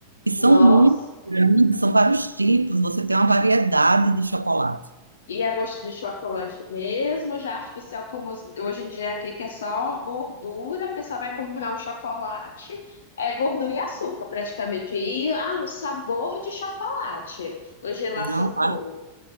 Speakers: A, on the right; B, on the left.
A: E são
B: Nossa.
A: muito grandes, são vários tipos, você tem uma variedade de chocolate.
B: E é gosto de chocolate mesmo, já artificial como os- hoje em dia aqui, que é só gordura, a pessoa vai comprar um chocolate, é gordura e açúcar praticamente, e ah, o sabor de chocolate, hoje lá
A: Não,
B: são como?
A: lá-